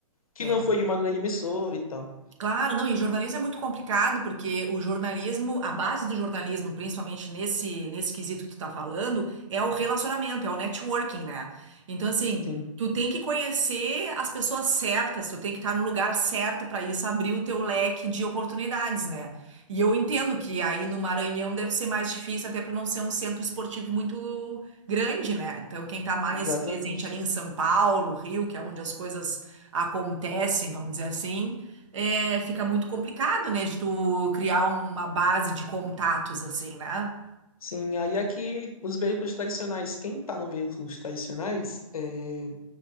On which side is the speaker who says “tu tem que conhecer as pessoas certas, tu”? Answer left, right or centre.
Right